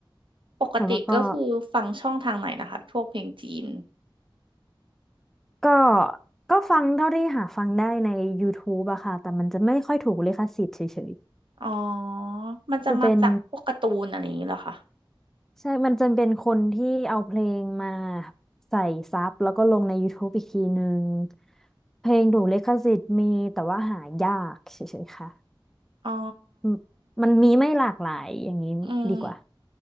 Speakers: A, on the right; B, in the centre.
A: ปกติก็คือฟังช่องทางไหนนะคะพวกเพลงจีน
B: แต่ว่าก็ก็ก็ฟังเท่าที่หาฟังได้ใน YouTube อะค่ะแต่มันจะไม่ค่อยถูกลิขสิทธิ์เฉย
A: อ๋อมันจะมาจากพวกการ์ตูนอะไรอย่างนี้เหรอคะ
B: ๆจะเป็นใช่มันจะเป็นคนที่เอาเพลงมาใส่ซับแล้วก็ลงใน YouTube อีกทีนึงเพลงถูกลิขสิทธิ์มีแต่ว่าหายากเฉยๆค่ะ
A: อ๋อ
B: มมันมีไม่หลากหลายอย่างนี้ดีกว่า
A: อืม